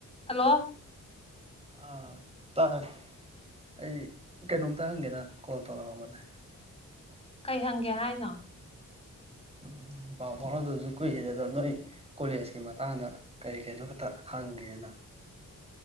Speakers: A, on the left (about 15°); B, on the right (about 20°).
A: hello
B: ꯑꯥ ꯇꯥꯏ ꯑꯩ ꯀꯩꯅꯣꯝꯇ ꯍꯪꯒꯦꯅ ꯀꯣꯜ ꯇꯧꯔꯛꯑꯝꯕꯅꯦ
A: ꯀꯩ ꯍꯪꯒꯦ ꯍꯥꯏꯅꯣ
B: ꯎꯝ ꯄꯥꯎ ꯐꯥꯎꯅꯗꯁꯨ ꯀꯨꯏꯔꯦ ꯑꯗꯣ ꯅꯣꯏ ꯀꯣꯂꯦꯖꯀꯤ ꯃꯇꯥꯡꯗ ꯀꯔꯤ ꯀꯩꯅꯣ ꯈꯛꯇ ꯍꯪꯒꯦꯅ